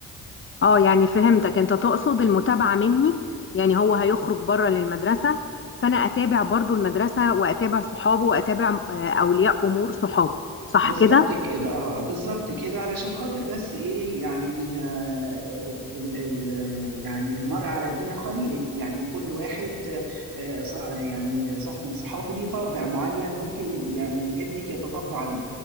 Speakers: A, on the left; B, on the right.
A: اه يعني فهمتك انت تقصد المتابعة مني يعني هو هيخرج بره للمدرسة فانا اتابع برضو المدرسة واتابع صحابه واتابع آه، اولياء امور صحابه صح
B: بالظبط
A: كده
B: كده اه آه، بالظبط كده علشان خاطر بس ايه يعني آه ال ال ال يعني المرء على دين خليله يعني كل واحد آه صا- يعني صاحب من صحابه ليه طابع معين ممكن يعني ابنك يتطبع بيه